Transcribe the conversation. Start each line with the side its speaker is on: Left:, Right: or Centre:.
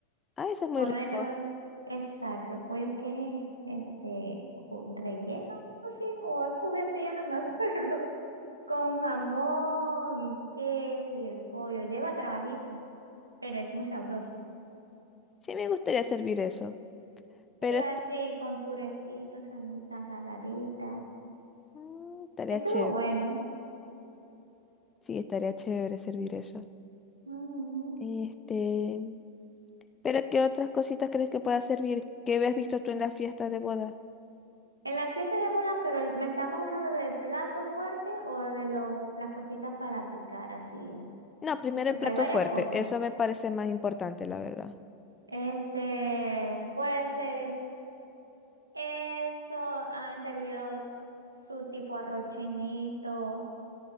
Left: Ah, eso es muy
Right: por
Left: rico.
Right: dentro, exacto, el pollo que es este cu- relleno, no sé, o es cubierto, ya no me acuerdo, <laughs> con jamón y queso y el pollo, lleva trabajito, pero es muy sabroso.
Left: Sí, me gustaría servir eso, pero
Right: Era
Left: est-
Right: así, con purecito, salsa saladita.
Left: mm, estaría
Right: Estuvo
Left: chévere.
Right: bueno.
Left: Sí, estaría chévere servir eso.
Right: Ujú.
Left: Este, pero ¿qué otras cositas crees que pueda servir? ¿Qué habías visto tú en las fiestas de boda?
Right: En la fiesta de bola, pero el- ¿me estamos hablando del plato fuerte o de los, las cositas para picar así?
Left: No, primero
Right: Porque
Left: el plato
Right: hay varias
Left: fuerte.
Right: cosas.
Left: Eso me parece más importante, la verdad.
Right: Este, puede ser eso, han servido su tipo arroz chinito